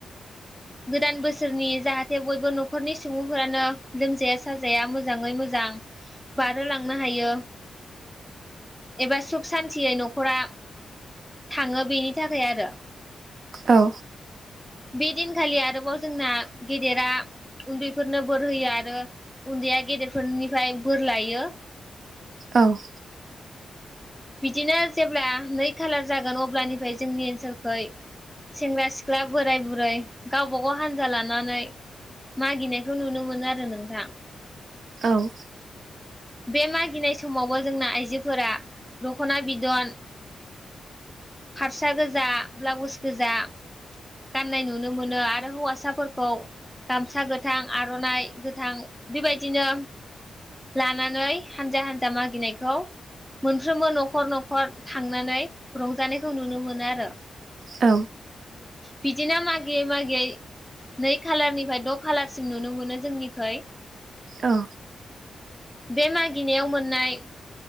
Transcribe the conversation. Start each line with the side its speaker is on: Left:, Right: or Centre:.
Centre: गोदान बोसोरनि जाहाथे बयबो न'खरनि सुबुंफोरानो लोमजाया साजाया मोजाङै मोजां बारहोलांनो हायो। एबा सुख सान्थियै न'। न'खरा थाङो बेनि थाखाय आरो।
Right: औ।
Centre: बे दिनखालि आरोबाव जोंना गेदेरा उन्दैफोरनो बोर होयो आरो उन्दैया गेदेरफोरनिफ्राय बोर लायो।
Right: औ।
Centre: बिदिनो जेब्ला नै खालार जागोन अब्लानिफ्राय बिदिनो जेब्लानिफ्राय नै खालार जागोन अब्लानिफ्राय जोंनि ओनसोलखै सेंग्रा सिख्ला बोराय बुरै गावबाागाव हानजा लानानै मागिनायखौ नुनो मोनो आरो नोंथां।
Right: औ।
Centre: बे मागिनाय समावबो जोंना आइजोफोरा दख'ना बिदन फास्रा गोजा ब्लाउस गोजा गाननाय नुनो मोनो आरो हौवासाफोरखौ गामसा गोथां आर'नाइ गोथां बेबायदिनो। लानानै हानजा हानजा मागिनायखौ मोनफ्रोमबो न'खर न'खर थांनानै रंजानायखौ नुनो मोनो आरो
Right: औ
Centre: बिदिना मागियै मागियै नै खालारनिफ्राय द खालारसिम नुनो मोनो जोंनिखै
Right: औ
Centre: बे मागिनायाव मोननाय